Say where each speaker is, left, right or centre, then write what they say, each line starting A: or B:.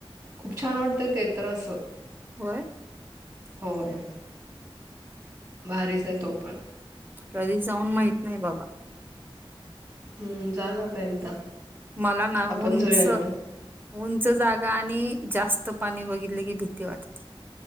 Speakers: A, on the right; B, on the right.
A: खूप छान वाटतंय ते तर असं
B: व्हय.
A: होय, भारीच आहे तो पण
B: कधी जाऊन माहित नाही बाबा
A: हम्म, जाना आता एकदा
B: मला ना
A: आपण
B: उंच
A: जाऊया नाहीतर
B: उंच जागा आणि जास्त पाणी बघितले की भीती वाटते.